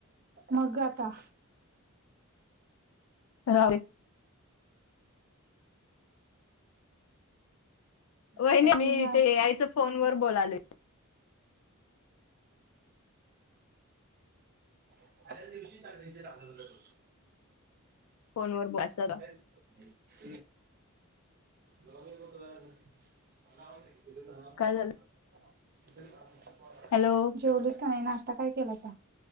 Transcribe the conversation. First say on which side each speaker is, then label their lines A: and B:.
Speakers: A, on the right (about 45°); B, on the left (about 65°).
A: मग आता
B: राहु दे. वाहिनी
A: आता तीन
B: मी ते आईच फोन वर बोलाले.
A: <unintelligible>
B: फोन वर बसत
A: हे घे. <unintelligible> <unintelligible>
B: काय झालं? हॅलो
A: जेवलीच का नाही नाश्ता काय केलासा.